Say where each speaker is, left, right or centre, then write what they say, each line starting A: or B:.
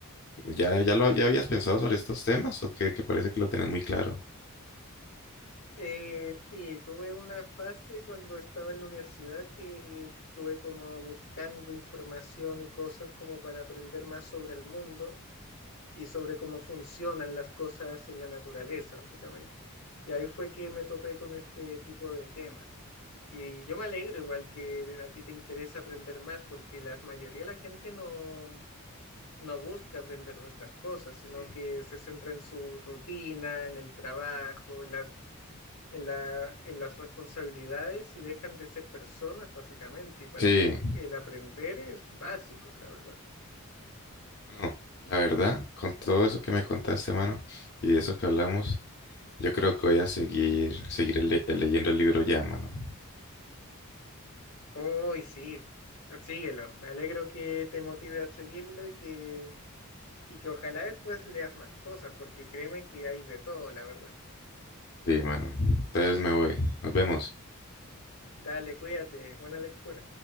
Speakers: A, on the left (about 50°); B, on the left (about 75°).
A: ¿Ya, ya lo ya habías pensado sobre estos temas o que, que parece que lo tenés muy claro?
B: Eh, sí, tuve una fase cuando estaba en la universidad que estuve como buscando información y cosas como para aprender más sobre el mundo y sobre cómo funcionan las cosas en la naturaleza, básicamente. Y ahí fue que me topé con este tipo de temas. Y yo me alegro igual que a ti te interesa aprender más, porque la mayoría de la gente no, no busca aprender de estas cosas, sino
A: Ujú.
B: que se centra en su rutina, en el trabajo, en las, en la, en las responsabilidades y dejan de ser personas, básicamente. Y para
A: Sí,
B: mí el aprender es básico, la verdad.
A: bueno, la verdad, con todo eso que me contaste, mano, y eso que hablamos, yo creo que voy a seguir, seguir le- leyendo el libro ya, mano.
B: Uy, sí, síguelo. Me alegro que te motive a seguirlo y que, y que ojalá después leas más cosas, porque créeme que hay de todo, la verdad.
A: Sí, mano. Entonces me voy. Nos vemos.
B: Dale, cuídate, buena lectura.